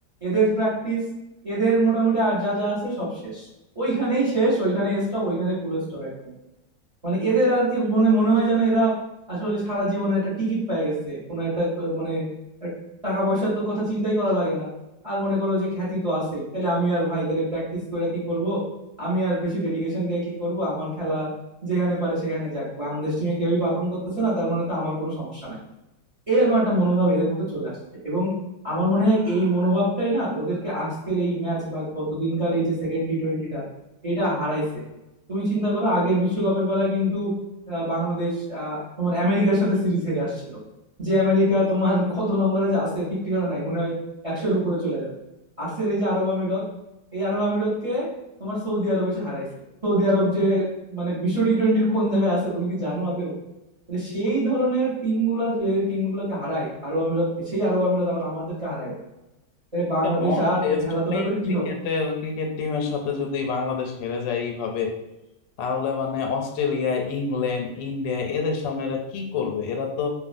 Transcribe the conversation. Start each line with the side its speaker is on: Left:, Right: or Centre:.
Right: এদের প্র্যাকটিস এদের মোটামুটি আর যা যা আছে সব শেষ ওইখানেই শেষ ওইখানেই স্টপ ওইখানেই ফুল স্টপ একদম মানে এদের আর কি মনে মনে হয় যেন এরা আসলে সারা জীবনে একটা টিকিট পেয়ে গেছে কোনো একটা আহ, মানে এক টাকা পয়সা তো কথা চিন্তাই করা লাগে না আর মনে করো যে খ্যাতি তো আছেই তাহলে আমি আর ভাই তাহলে প্র্যাকটিস করে কি করব আমি আর বেশি ডেডিকেশন দিয়ে কি করব আমার খেলা যেখানে পারে সেখানে যাক বাংলাদেশ টিমে কেউই পারফর্ম করতেছে না তার মানে তো আমার কোনো সমস্যা নাই এরকম একটা মনোভাব এদের মধ্যে চলে আসছে এবং আমার মনে হয় এই মনোভাবটাই না ওদেরকে আজকের এই ম্যাচ বা গতদিনকার এই যে সেকেন্ড টি টোয়েন্টিটা এটা হারাইছে তুমি চিন্তা করো আগের বিশ্বকাপের বেলায় কিন্তু আহ, বাংলাদেশ আহ, তোমার আমেরিকার সাথে সিরিজ হেরে আসছিল যে আমেরিকা তোমার <laughs> কত নম্বরে যে আছে ঠিক ঠিকানা নাই মনে হয় একশোর উপরে চলে যাবে আজকের এই যে আরব আমিরত এই আরব আমিরতকে তোমার সৌদি আরব এসে হারাইছে সৌদি আরব যে মানে বিশ্ব টি টোয়েন্টির কোন জায়গায় আছে তুমি কি জানো আদৌ মানে সেই ধরনের টিম গুলা যে টিম গুলাকে হারায় আরব আমিরাতকে সেই আরব আমিরাত আবার আমাদেরকে হারায় দেয় তাহলে
Left: একটা
Right: বাংলাদেশ
Left: নন
Right: আর
Left: টেস্ট
Right: খেলাধুলা
Left: প্লেইং
Right: করে কি
Left: ক্রিকেটের
Right: হবে
Left: ক্রিকেট টিমের সাথে যদি বাংলাদেশ হেরে যায় এইভাবে তাহলে মানে অস্ট্রেলিয়া ইংল্যান্ড ইন্ডিয়া এদের সামনে এরা কি করবে এরা তো